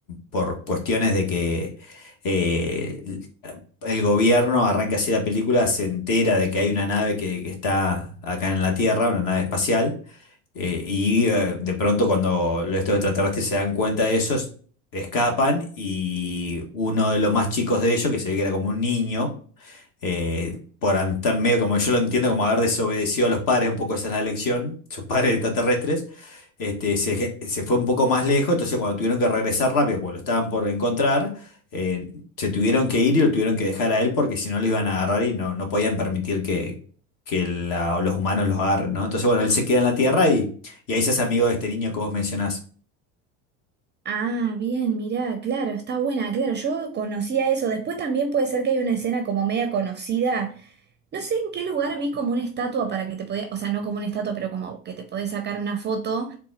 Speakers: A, on the left; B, on the right.
A: por cuestiones de que eh, el gobierno arranca así la película, se entera de que hay una nave que, que está acá en la Tierra, una nave espacial, eh, y eh, de pronto cuando los- estos extraterrestres se dan cuenta de eso, escapan y uno de los más chicos de ellos, que se ve que era como un niño, eh, por estar medio como yo lo entiendo, como haber desobedecido a los padres, un poco esa es la lección, sus padres extraterrestres, este, se, eje- se fue un poco más lejos, entonces cuando tuvieron que regresar rápido, porque lo estaban por encontrar, eh, se tuvieron que ir y lo tuvieron que dejar a él porque si no lo iban a agarrar y no, no podían permitir que, que la- los humanos los agarren, ¿no? Entonces, bueno, él se queda en la Tierra y, y ahí se hace amigo de este niño que vos mencionás.
B: Ah, bien, mirá, claro, está buena, claro, yo conocía eso. Después también puede ser que hay una escena como media conocida. No sé en qué lugar vi como una estatua para que te podías, o sea, no como una estatua, pero como que te podés sacar una foto,